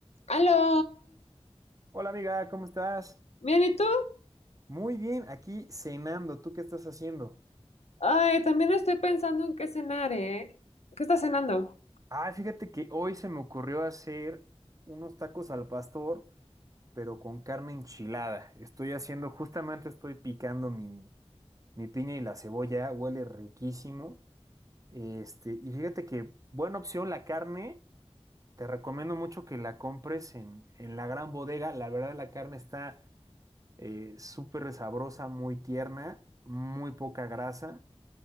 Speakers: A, on the left; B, on the right.
A: Aló,
B: Hola amiga, ¿cómo estás?
A: bien, ¿y tú?
B: Muy bien, aquí cenando. ¿Tú qué estás haciendo?
A: Ay, también estoy pensando en qué cenar, ¿eh? ¿Qué estás cenando?
B: Ah, fíjate que hoy se me ocurrió hacer unos tacos al pastor, pero con carne enchilada. Estoy haciendo, justamente estoy picando mi, mi piña y la cebolla, huele riquísimo. Este, y fíjate que buena opción la carne. Te recomiendo mucho que la compres en, en la gran bodega. La verdad, la carne está eh, súper sabrosa, muy tierna, muy poca grasa.